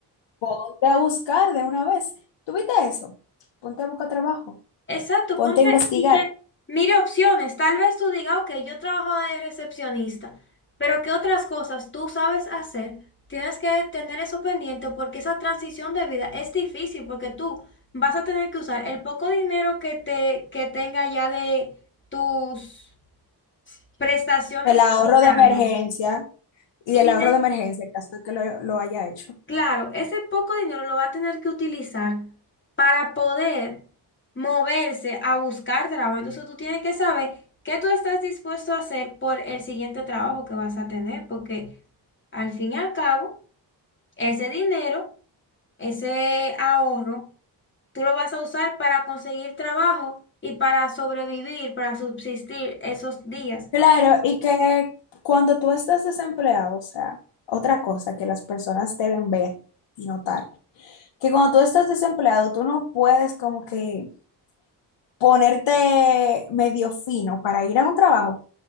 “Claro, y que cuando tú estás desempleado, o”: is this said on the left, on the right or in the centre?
Left